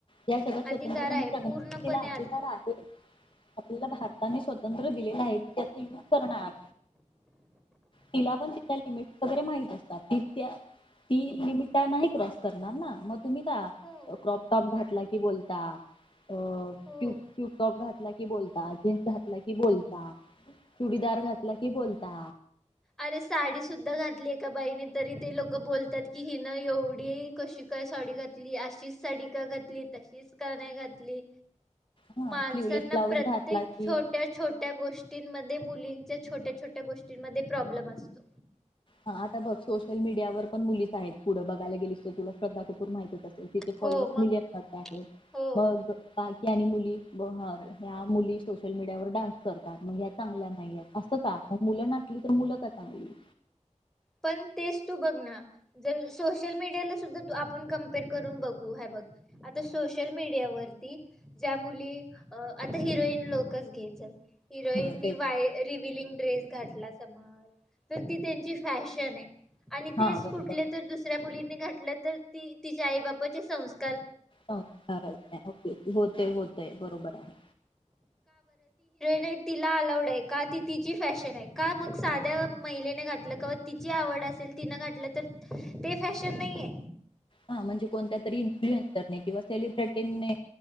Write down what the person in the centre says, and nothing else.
अधिकार आहे
पूर्णपणे
हो
हो
अरे साडी सुद्धा घातली एका बाईने तरी ते लोक बोलतात कि हिन एवढी कशी काय साडी घातली अशीच साडी का घातली तशीच का नाही घातली.
माणसांना
प्रत्येक
छोट्या-छोट्या गोष्टींमध्ये मुलीं छोट्या छोट्या गोष्टींमध्ये प्रॉब्लेम असतो.
हो
मग
हो
पण तेच तू बघ ना, जर सोशल मीडियाला सुद्धा तू आपण कमपेअर करून बघू ह. बघ आता सोशल मीडियावररती ज्या मुली, आता हिरोईन लोकंच घे चल हिरोईननी
वाय रिव्हिलिंग ड्रेस घात आपला समाज, चल ती त्यांची फॅशन आहे. आणि
तेच
कुठले तर दुसऱ्या मुलींनी घाातलं तर ती तिच्या आई बापाचे संस्
नाही तिला अलाउड आहे. का ती तिची फॅशन आहे. का मग साध्या महिलेने घातलं का तिची आवड असेल, तिनं घातलं तर ते फॅशन नाहीये?